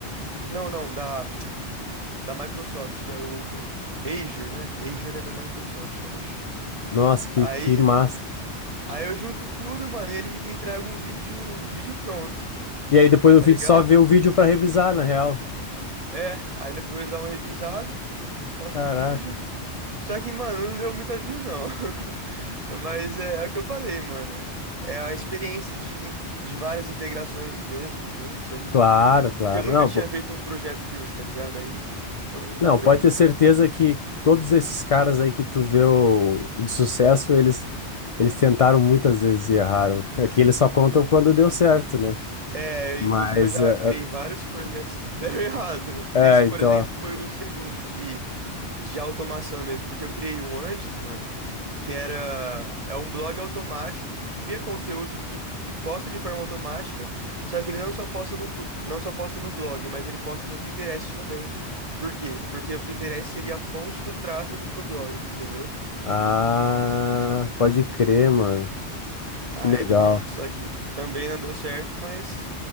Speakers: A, on the right; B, on the left.
A: Não, não, da da Microsoft, que é o Azure, né? Azure é da Microsoft, eu acho.
B: nossa, que,
A: Aí,
B: que massa.
A: aí eu junto tudo, mano, e ele me entrega um vídeo, vídeo pronto,
B: E aí depois no
A: tá
B: fim
A: ligado?
B: tu só vê o vídeo pra revisar, na real.
A: É, aí depois dá uma revisada, posto
B: Caraca.
A: o vídeo. Só que, mano, não deu muita view, não. <laughs> Mas é, é o que eu falei, mano. É é a experiência de, in- de várias integrações mesmo, juntos ali.
B: Claro, claro.
A: Porque eu nunca
B: Não,
A: tinha
B: pô.
A: feito um projeto desse, tá ligado? Aí foi um
B: Não,
A: grande.
B: pode ter certeza que todos esses caras aí que tu vê o... de sucesso, eles eles tentaram muitas vezes e erraram. É que eles só contam quando deu certo, né?
A: É,
B: Mas
A: inclusive eu já
B: é,
A: criei vários projetos que deram <laughs> errado.
B: é,
A: Esse,
B: é, então,
A: por exemplo, foi o segundo de, de automação mesmo, porque eu criei um antes, mano. que era é um blog automático que cria conteúdo e, e posta de forma automática, só que ele não só posta no pl- não só posta no blog, mas ele posta no Pinterest também. Por quê? Porque o Pinterest seria a fonte do tráfego pro blog, entendeu?
B: ah, pode crer, mano.
A: Aí,
B: Que legal.
A: <laughs> só que também não deu certo, mas